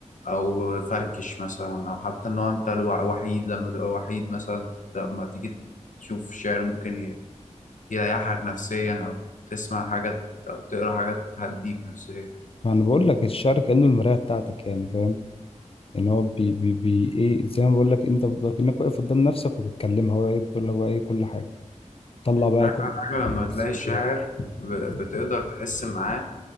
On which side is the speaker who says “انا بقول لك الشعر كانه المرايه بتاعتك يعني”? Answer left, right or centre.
Left